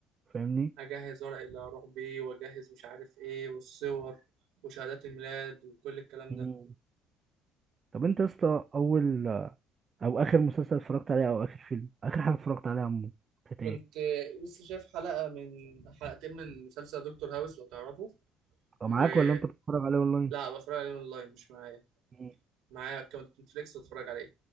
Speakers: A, on the right; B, on the right.
A: فاهمني
B: اجهز ورق اللي هروح بيه واجهز مش عارف ايه والصور وشهادات الميلاد وكل الكلام
A: مم.
B: ده
A: طب انت يا اسطى اول او اخر مسلسل اتفرجت عليه او اخر فيلم اخر حاجه اتفرجت عليها عمو كانت
B: كنت
A: ايه
B: لسه شايف حلقة من حلقتين من مسلسل دكتور هاوس لو تعرفه
A: او معاك
B: ولا
A: ولا انت بتتفرج عليه اونلاين
B: بتفرج عليه اونلاين مش معايا
A: مم.
B: معايا اكونت نتفليكس بتفرج عليه